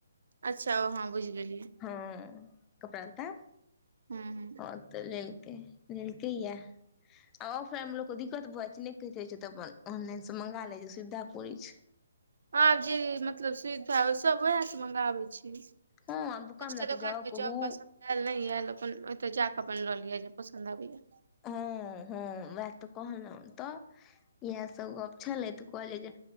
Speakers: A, on the right (about 70°); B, on the left (about 20°).
A: अच्छा ओ हॅं बुझि गेलिय
B: हँ कपड़ा लता
A: हूँ
B: हँ तऽ लेलके लेके ये आ फैमलो कोइ दिक्कत भऽ जाइ छै, नहि कहैत रहै छै, तऽ अपन ऑनलाइनसँ मँंगा लै छै, सुविधा पड़ै छै।
A: हँ जे मतलब सुविधा, सभ वैह स मंगाबै छै दसटा
B: हँ आब दुकान लऽ कऽ
A: दोकान में
B: कहू
A: जाउ पसन्द ऐल नय ऐल, अपन ओतय जाक अपन ललिय, जे पसन्द आबैया।
B: हँ- हँ वैह तऽ कहलौं तऽ ऐएह सब गप छलयै, तऽ कहलयै जे